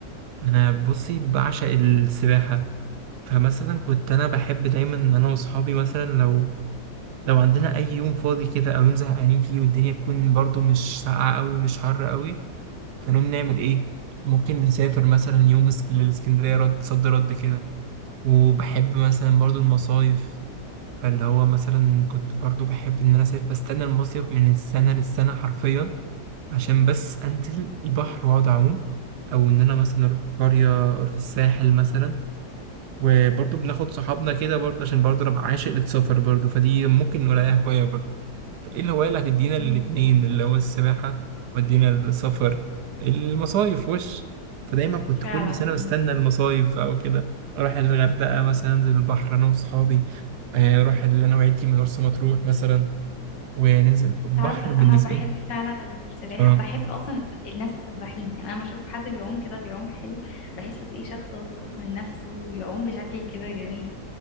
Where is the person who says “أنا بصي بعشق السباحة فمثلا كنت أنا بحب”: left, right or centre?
Right